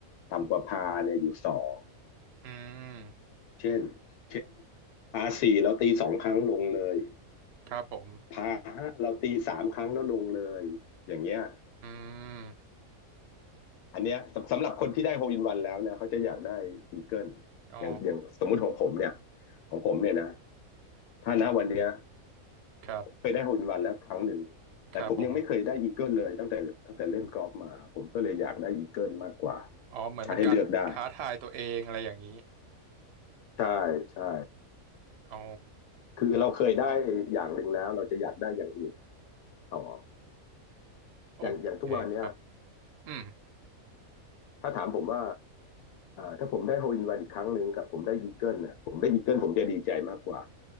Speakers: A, on the left; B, on the right.
A: ต่ำกว่าพาเนี่ยอยู่สอง
B: อืม
A: เช่นเช่นพาสี่เราตีสองครั้งลงเลย
B: ครับผม
A: พาห้าเราตีสามครั้งแล้วลงเลยอย่างเงี้ย
B: อืม
A: อันเนี้ยสำหรับคนที่ได้โฮลอินวันแล้วเนี่ยเขาจะอยากได้อีเกิล
B: อ๋อ
A: อย่างอย่างสมมุติของผมเนี่ยของผมเนี่ยนะถ้าณวันนี้
B: ครับ
A: เคยได้โฮลอินวันแล้วครั้งหนึ่งแต่ผมยังไม่เคยได้อีเกิลเลยตั้งแต่ตั้งแต่เล่นกอล์ฟมาผมก็เลยอยากได้อีเกิลมากกว่า
B: ครับผมอ๋อเหมือนเป็นการท้าทายตัวเองอะไรอย่างนี้
A: ถ้าให้เลือกได้ใช่ใช่
B: อ๋อ
A: คือเราเคยได้อย่างหนึ่งแล้วเราจะอยากได้อย่างอื่นต่อ
B: โอเคครับ
A: อย่างอย่างทุกวันเนี้ย
B: อืม
A: ถ้าถามผมว่าถ้าผมได้โฮลอินวันอีกครั้งหนึ่งกับผมได้อีเกิลนะผมได้อีเกิลผมจะดีใจมากกว่า